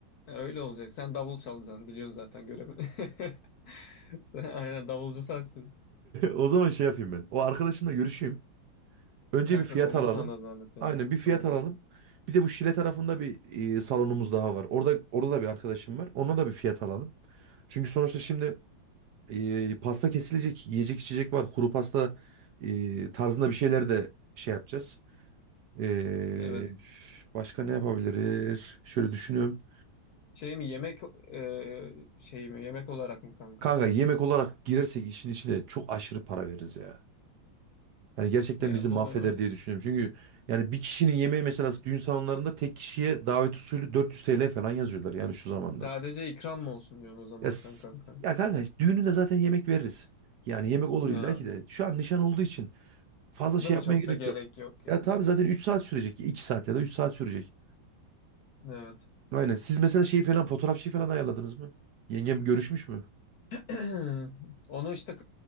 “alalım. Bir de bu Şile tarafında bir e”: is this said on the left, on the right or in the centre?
Right